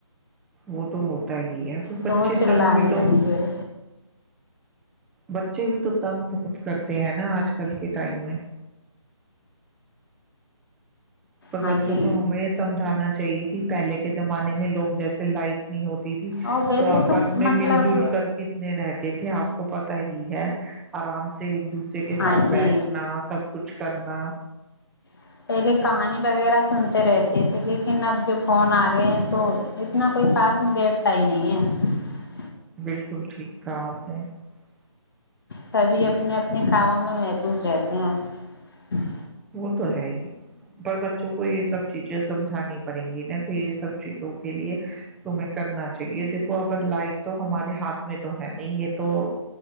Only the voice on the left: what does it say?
تو
وہ چلانے
لگی
پھر
ہاں
جی
اور ویسے
مطلب
ہاں
جی
<inaudible> کہانی وغیرہ سن رہتے تھے لیکن اب جو فون آ <unintelligible> ہیں تو اتنا <unintelligible> کوئی پاس میں بیٹھتا ہی نہیں ہے <unintelligible>
سبھی اپنے اپنے کاموں میں محفوظ رہتے ہیں <unintelligible>